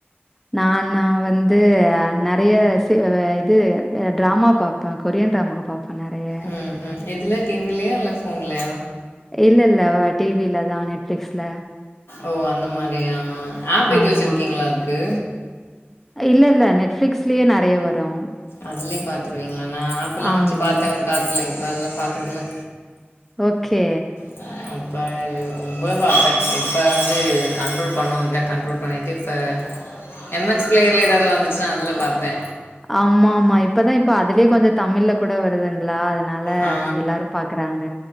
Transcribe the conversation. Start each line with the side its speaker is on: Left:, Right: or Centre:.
Centre: நா நா வந்து அ நெறைய சி அ இது டிராமா பாப்ப கொரியன் டிராமா பா இப்ப நெறைய
Left: ம் ம் எதுல டிவிலையா இல்ல ஃபோன்லயா
Centre: இல்ல இல்ல டிவிலதா நெட்ஃப்ளிக்ஸ்ல
Left: ஓ அந்த மாரியா ஆப் ஏது
Centre: ஆமா.
Left: வச்சிருக்கீங்களா அதுக்கு
Centre: இல்ல இல்ல நெட்ஃப்ளிக்ஸ்லயே நறைய வரு
Left: அதுலே பார்த்துருவீங்களா நா ஆப்பல்லா
Centre: ஆமா.
Left: வச்சு பாத்தே ஒரு காலத்தில இப்போ அதுலா பாக்றதில்ல
Centre: ஓகே
Left: நல்லா அழு இப்போ ரொம்ப பாப்பே இப்ப வந்து கண்ட்ரோல் பண்ணுவங்க கண்ட்ரோல் பண்ணிட்டு இப்ப எம் எச் பிளேயர்ல ஏதாவது வந்துச்சுன்னா அதுல பாப்பே
Centre: ஆமா ஆமா இப்பதா இப்ப அதுலயே கொஞ்சோ தமிழ்ல கூட வருதுங்களா அதனால
Left: ஆ
Centre: எல்லாரு பாக்குறாங்க